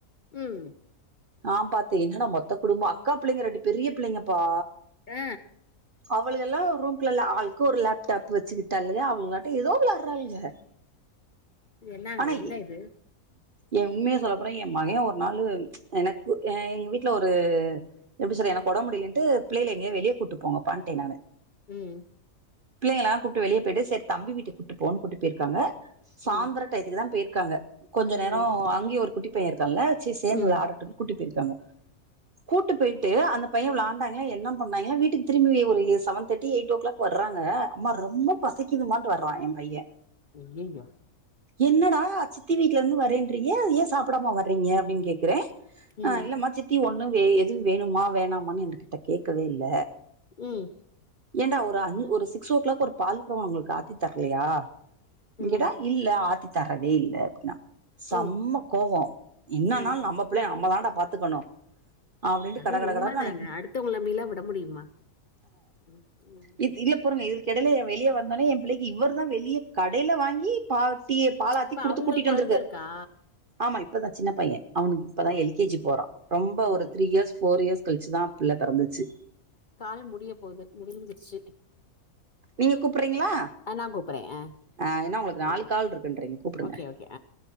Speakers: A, on the left; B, on the right.
A: ம்
B: ஆம் பாத்தே என்னடா மொத்த குடும்போ அக்கா பிள்ளைங்க ரெண்டு பெரிய பிள்ளைங்கப்பா
A: அ
B: அவளுக எல்லா ரூம்குலல ஆள்க்கு ஒரு லேப்டாப் வச்சுக்கிட்டால்லையா அவுள்கலாட்டு எதோ விளார்ரால்க
A: இது என்னாங்க
B: ஆனா இ
A: என்ன இது
B: எ உண்மைய சொல்லப்போனா எம் மகே ஒரு நாளு எனக்கு எ எங்க வீட்ல ஒரு எப்டி சொல்ல எனக்கு ஒடம் முடியலன்ட்டு பிள்ளைல எங்கியே வெளியே கூட்டுப் போங்கப்பான்ட்டே நானு
A: ம்
B: பிள்ளைங்கலாங் கூப்டு வெளியேப் போயிட்டு செரித் தம்பி வீட்டுக்கு கூட்டு போனு கூட்டிட் போயிருக்காங்க சாந்தரக்
A: ம்
B: டயத்துக்கு தா போயிர்க்காங்க. கொஞ்சோ நேரோ
A: ம்
B: அங்யு ஒரு குட்டி பைய இருக்கால்ல சே சேந்து
A: ம்
B: விளாடட்டுன் கூட்டி போயிர்க்காங்க. கூட்டு போயிட்டு அந்த பைய விளாண்டாய்ங்ளா என்ன பண்ணாய்ங்களா வீட்டுக்கு திரும்பி எ ஒரு செவன் தேட்டி எயிட் ஓ கிளாக் வர்றாங்க அம்மா ரொம்ப பசிக்குதுமான்ட்டு வர்றா எம் பைய.
A: அய்யய்யோ.
B: என்னடா சித்தி வீட்லந்து வரேன்றீங்க ஏ சாப்படாம வர்றீங்க அப்டின் கேக்குறே
A: ம்
B: அ இல்லமா சித்தி ஒன்னு வெ எது வேணுமா வேணாமான்னு எங்ககிட்ட கேக்கவே இல்ல.
A: ம்.
B: ஏன்டா ஒரு அஞ் ஒரு சிக்ஸ் ஓ கிளாக் ஒரு பால் கூட உங்குளுக் ஆத்தி தர்லையா? இங்கடா
A: ம்
B: இல்ல ஆத்தி தரவே இல்ல அப்ட்னா. சம்ம
A: ம்
B: கோவோ என்னான்னால்
A: ம்
B: நம்ப பிள்ளைய நம்ப தாண்டா பாத்துக்கணு. அப்டின்ட்டு
A: அது
B: கட கட
A: உண்ம
B: கடன்னு
A: தாங்க
B: அன்னைக்கு
A: அடுத்தவங்ள நம்பிலா விட முடிமா? ம் ம்.
B: இது இல்ல பொறுங்க இதுல்க் எடைல எ வெளியே வந்தோனே எம் பிள்ளைக்கி இவரு தா வெளிய கடைல வாங்கி பா டிய பாலாத்தி
A: இப்ப
B: குடுத்து
A: அவங்களுக்கு
B: கூட்டிட்டு
A: கொழந்த
B: வந்துருக்காரு.
A: இருக்கா
B: ஆமா இப்பதா சின்ன பைய அவுனுக்கு இப்ப
A: ஓ
B: தா எல் கே ஜி போறா ரொம்போ
A: ம்
B: ஒரு த்ரீ இயஸ் ஃபோர் இயர்ஸ் கழ்ச்சுதா பிள்ள பெறந்துச்சு.
A: கால் முடிய போது முடிஞ்சிர்ச்சு.
B: நீங்க கூப்பறிங்களா?
A: ஆ நா கூப்பறே ஆ
B: அ இன்னு உங்குளுக்கு நாலு
A: ம்.
B: கால் இருக்குன்றீங்க கூப்புடுங்க
A: ஓகே ஓகே